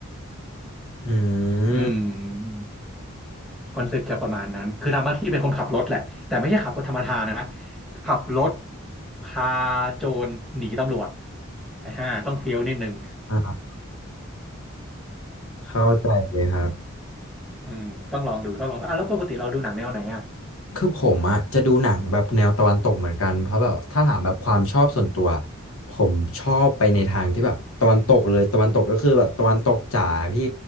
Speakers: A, on the left (about 75°); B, in the centre.
A: อืม
B: อืม คอนเซ็ปต์จะประมาณนั้น คือทำหน้าที่เป็นคนขับรถแหละ แต่ไม่ใช่ขับรถธรรมดานะ ขับรถพาโจรหนีตำรวจอ่าต้องเฟี้ยวนิดนึง
A: อ่าเข้าใจเลยครับ
B: <laughs> อืมต้องลองดู ต้องลองอ่ะแล้วปกติเราดูหนังแนวไหนอ่ะ
A: คือผมอะจะดูหนังแบบแนวตะวันตกเหมือนกันเพราะแบบถ้าถามแบบความชอบส่วนตัวผมชอบไปในทางที่แบบตะวันตกเลยตะวันตกก็คือแบบตะวันตกจ๋าพี่